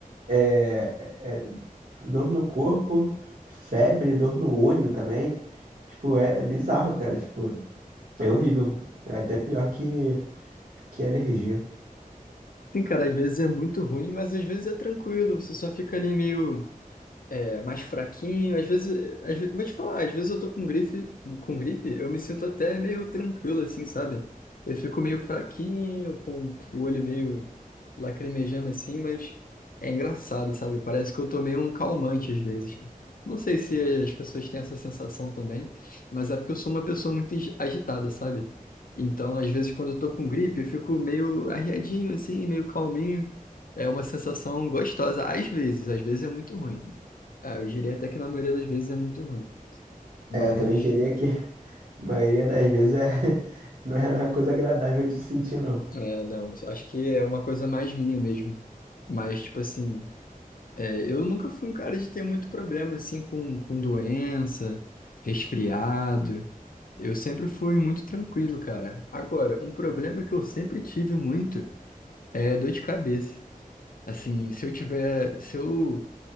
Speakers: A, on the right (about 70°); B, on the left (about 70°).
A: é, é- é dor no corpo, febre, dor no olho também. Tipo, é, é bizarro, cara. Tipo, é horrível. É até pior que, que alergia.
B: Sim, cara, às vezes é muito ruim, mas às vezes é tranquilo, você só fica ali meio. é, mais fraquinho. Às vezes, às vezes, vou te falar, às vezes eu tô com grife, com gripe, eu me sinto até meio tranquilo, assim, sabe? Eu fico meio fraquinho, com o olho meio lacrimejando assim, mas é engraçado, sabe? Parece que eu tomei um calmante às vezes. Não sei se as pessoas têm essa sensação também, mas é porque eu sou uma pessoa muito agi- agitada, sabe? Então, às vezes, quando eu tô com gripe, eu fico meio arriadinho, assim, meio calminho. É uma sensação gostosa, às vezes, às vezes é muito ruim. Ah, eu diria até que na maioria das vezes é muito ruim. Mas,
A: É, eu também diria que a maioria das vezes é, <laughs> não era uma coisa agradável de sentir, não.
B: é, não, acho que é uma coisa mais minha mesmo. Mas, tipo assim, é, eu nunca fui um cara de ter muito problema, assim, com, com doença, resfriado. Eu sempre fui muito tranquilo, cara. Agora, um problema que eu sempre tive muito é dor de cabeça. Assim, se eu tiver, se eu,